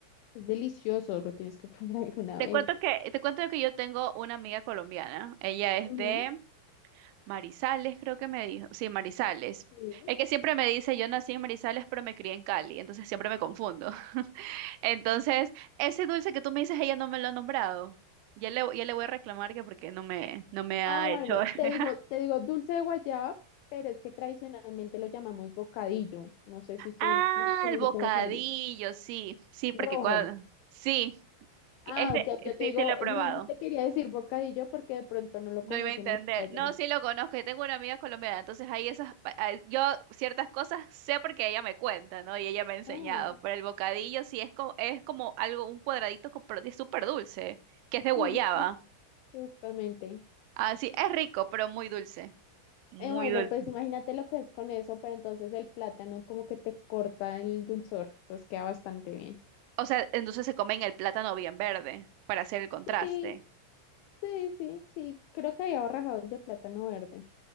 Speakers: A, on the left; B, on the right.
A: Es delicioso, lo tienes que probar <laughs> alguna
B: Te
A: vez.
B: cuento que, te cuento que yo tengo una amiga colombiana. Ella es
A: Ujú,
B: de Marizales, creo que me dijo. Sí, Marizales.
A: sí.
B: Es que siempre me dice, yo nací en Marizales, pero me crié en Cali, entonces siempre me confundo. <laughs> Entonces, ese dulce que tú me dices, ella no me lo ha nombrado. Ya le, ya le voy a reclamar que porque no me, no me
A: Ah,
B: ha
A: bueno,
B: hecho. <laughs>
A: te digo, te digo dulce de guayaba, pero es que tradicionalmente lo llamamos bocadillo. No sé si usted
B: Ah,
A: conoce
B: el bocadillo,
A: como bocadillo.
B: sí, sí, porque
A: Rojo.
B: cuando, sí,
A: Ah,
B: que es de-
A: ok, yo te
B: sí,
A: digo,
B: sí lo he probado.
A: no, no te quería decir bocadillo porque de pronto no lo
B: No
A: conocen
B: iba a entender.
A: así allá.
B: No, sí lo conozco. Yo tengo una amiga colombiana, entonces hay esas, pa- ah, yo ciertas cosas sé porque ella me cuenta, ¿no? Y ella me ha enseñado.
A: Ah,
B: Pero el bocadillo sí es como, es como algo, un cuadradito con prote- súper dulce, que es de guayaba.
A: sí, sí, sí, justamente.
B: Así, es rico, pero muy dulce. Muy
A: Eh, bueno,
B: dulce.
A: pues imagínate lo que es con eso, pero entonces el plátano como que te corta el dulzor, entonces queda bastante bien.
B: O sea, entonces se comen el plátano bien verde para hacer el contraste.
A: Sí, Sí, sí, sí, creo que hay ahorrajados de plátano verde.